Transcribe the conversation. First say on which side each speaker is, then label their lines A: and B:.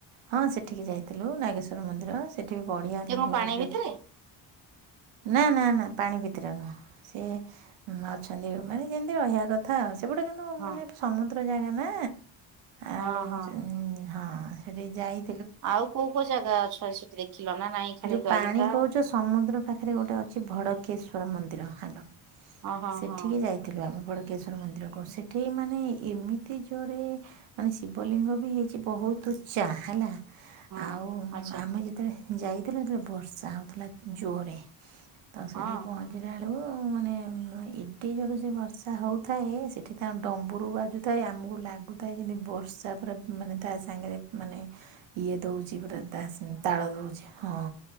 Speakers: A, on the right; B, on the right.
A: ହଁ ସେଠିକି ଯାଇଥିଲୁ ନାଗେଶ୍ୱର ମନ୍ଦିର ସେଠି ବି ବଢ଼ିଆ
B: ସେ
A: ଲାଗିବ
B: କଣ ପାଣି
A: ସେଠି।
B: ଭିତରେ?
A: ନା ନା ନା ପାଣି ଭିତରେ ନୁହଁ ସେ। ହୁଁ ଅଛନ୍ତି ମାନେ ଯେମିତି ରହିବା କଥା ଆଉ ସେପଟେ କିନ୍ତୁ।
B: ହଁ
A: ମାନେ ସମୁଦ୍ର ଜାଗା ନା ଆଉ
B: ହଁ ହଁ
A: ହୁଁ ଉଁ ହଁ ସେଠି ଯାଇ।
B: ଆଉ କୋଉ କୋଉ ଜାଗା ଅଛି ସେଠି ଦେଖିଲ ନା ନାଇଁ। ଖାଲି
A: ଯୋଉ
B: ଦ୍ୱାରିକା
A: ପାଣି କହୁଛ। ସମୁଦ୍ର ପାଖରେ ଗୋଟେ ଅଛି ଭଡ଼କେଶ୍ୱର ମନ୍ଦିର ହାଲୋ
B: ହଁ ହଁ
A: ସେଠିକି
B: ହଁ
A: ଯାଇ। ଥିଲୁ ଆମେ ଭଡ଼କେଶର ମନ୍ଦିରକୁ ସେଠି ମାନେ ଏମିତି ଜୋରରେ। ମାନେ ଶିବଲିଙ୍ଗ ବି ହେଇଛି ବହୁତ ଉଚ୍ଚା ହେଲା
B: ହଁ
A: ଆଉ
B: ଆଚ୍ଛା
A: ଆମେ ଯେତେବେଳେ। ଯାଇଥିଲୁ ସେତେବେଳେ ବର୍ଷା ହେଉଥିଲା ଜୋର୍ ରେ ତ ସେଠି
B: ହଁ
A: ପହଞ୍ଚି। ଞ୍ଚିଲା ବେଳକୁ ମାନେ। ଏଡେ ଜୋର୍ ରେ ସେ ବର୍ଷା ହଉଥାଏ ସେଠି ତାଙ୍କ ଡମ୍ବୁରୁ ବାଜୁଥାଏ ଆମକୁ ଲାଗୁ। ଥାଏ ଯେମିତି ବର୍ଷା ପୁରା ମାନେ ତା ସାଙ୍ଗରେ ମାନେ ଇଏ ଦେଉଛି ପୁରା। ତା ସାଙ୍ଗରେ ତାଳ ଦେଉଛି। ହଁ